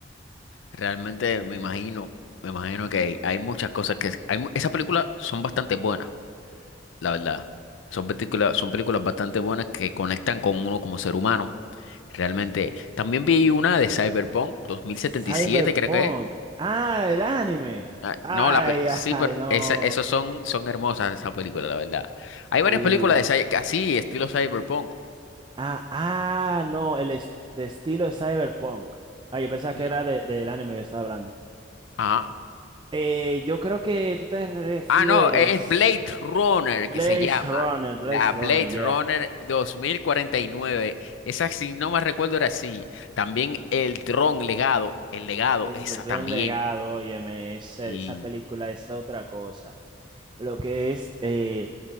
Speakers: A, on the left; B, on the right.
A: Realmente me imagino, me imagino que hay, hay muchas cosas que... Hay, mu- esas películas son bastante buenas, la verdad. Son películas, son películas bastante buenas que conectan con uno como ser humano. Realmente. También vi una de Cyberpunk 2077,
B: Cyberpunk.
A: creo que es.
B: Ah, el anime.
A: Ah,
B: Ay,
A: no, la peli- sí,
B: <laughs> ay,
A: pero
B: no.
A: esa- esos son, son hermosas esa película, la verdad.
B: Sí.
A: Hay varias películas de cy- así, estilo cyberpunk.
B: Ah, ah, no, el es- de estilo es Cyberpunk. Ah, yo pensaba
A: Mm,
B: que era de- del anime que estaba hablando.
A: ajá.
B: Eh, yo creo que tú te refieres.
A: Ah, no, es Blade Runner
B: Blaze
A: que se llama.
B: Runner, Blaze
A: La Blade
B: Runner, yeah.
A: Runner dos mil cuarenta y nueve Esa, si no me recuerdo, era así. También el Tron Legado. El Legado,
B: El
A: esa
B: Gran
A: también.
B: Legado, óyeme, esa,
A: Y
B: esa película es otra cosa. Lo que es, eh,